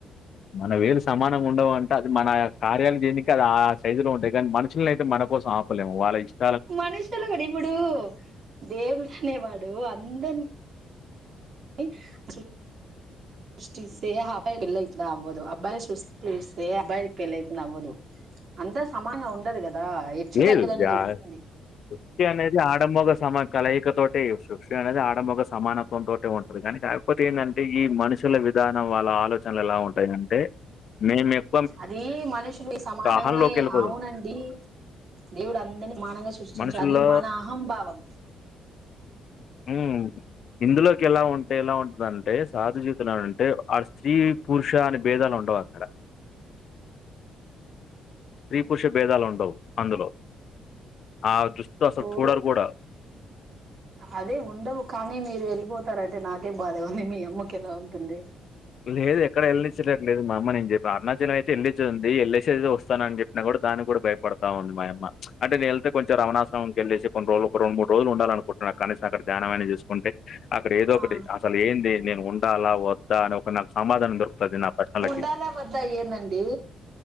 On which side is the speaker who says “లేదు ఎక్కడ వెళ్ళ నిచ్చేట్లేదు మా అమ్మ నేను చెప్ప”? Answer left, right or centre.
Left